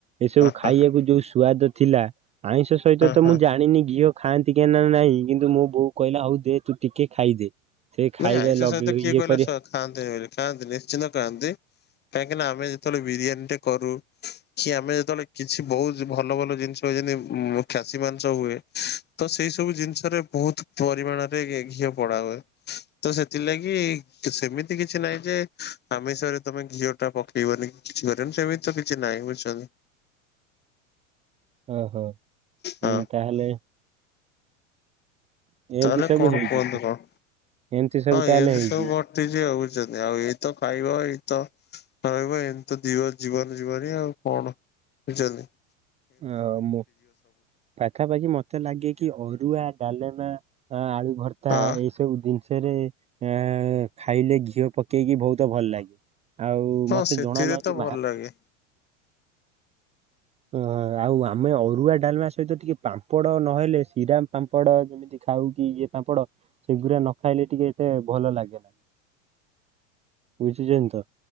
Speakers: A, on the right; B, on the left.
A: ଏସବୁ ଖାଇବାକୁ
B: ହଁ
A: ଯୋଉ ସୁଆଦ ଥିଲା। ଆଇଁଷ ସହିତ
B: ହଁ
A: ତ
B: ହଁ
A: ମୁଁ ଜାଣିନି ଘିଅ ଖାଆନ୍ତି କେ ନା ନାଇଁ କିନ୍ତୁ ମୋ ବୋଉ କହିଲା ହଉ ଦେ ତୁ ଟିକେ ଖାଇଦେ। ସେ ଖାଇବା
B: ନାଇଁ ଆଇଁଷ
A: ଲଗେଇ
B: ସହିତ କିଏ
A: ଇଏ
B: କହିଲା
A: କରି
B: ସ ଖାଆନ୍ତିନି ବୋଲି ଖାଆନ୍ତି ନିଶ୍ଚିନ୍ତ ଖାଆନ୍ତି। କାହିଁକିନା ଆମେ ଯେେବେଳେ ବିୟାନୀ କରୁ କି ଆମେ ଯେତେବେଳେ କିଛି ବହୁତ ଭଲ ଭଲ ଜିନିଷ ଯେମିତି ଉଁ ଖାସି ମାଂସ ହୁଏ। ତ ସେଇ ସବୁ ଜିନିଷରେ ବହୁତ ପରିମାଣରେ ଏ ଘିଅ ପୋଡ଼ା ହୁଏ। ତ ସେଥିଲାଗି ସେମିତି କିଛି ନାହିଁ ଯେ ଆମିଷରେ ତମେ ଘିଅ ଟା ପକେଇବ ନି କିଛି କରିବନି ସେମିତି ତ କିଛି ନାହିଁ ବୁଝୁଛନ୍ତି।
A: ଅ ହଁ
B: ହଁ
A: ହୁଁ ତାହେଲେ ଏମିତି
B: ତାହେଲେ
A: ସବୁ
B: କଣ
A: ହେଇଛି
B: କୁହନ୍ତୁ କଣ?
A: ଏମିତି ସବୁ
B: ହଁ
A: ତାହେଲେ
B: ଏମତି
A: ହେଇଛି
B: ସବୁ ଘଟିଛି ଆଉ ବୁଝୁଛନ୍ତି ଆଉ ଏଇତ ଖାଇବା ଏଇତ <unintelligible> ଏମତି ତ ଜୀବ ଯିବଭାରି ଆଉ କଣ ବୁଝୁଛନ୍ତି।
A: ଅ ମୁଁ ପାଖାପାଖି ମତେ ଲାଗେ କି ଅରୁଆ ଡାଲେମା ଅ ଆଳୁ ଭର୍ତ୍ତା
B: ହଁ
A: ଏଇ ସବୁ ଜି ରେ ଆ ଖାଇଲେ ଘିଅ ପକେଇକି ବହୁତ ଭଲ ଲାଗେ। ଆଉ
B: ହଁ
A: ମତେ
B: ସେଥିରେ
A: ଜଣା ନା
B: ତ
A: କି ବାହା
B: ଭଲ ଲାଗେ
A: ଓ ଆଉ ଆମେ ଅରୁଆ ଡାଲମା ସହିତ ଟିକେ ପାମ୍ପଡ ନହେଲେ ଶ୍ରୀରାମ ପାମ୍ପଡ ଯେମି ଖାଉ କି ଇଏ ପାମ୍ପଡ ସେଗୁରା ନ ଖାଇଲେ ଟିକେ ଏତେ ଭଲ ଲାଗେ ନା।
B: <inaudible>
A: ବୁଝୁଚନ୍ତି ତ।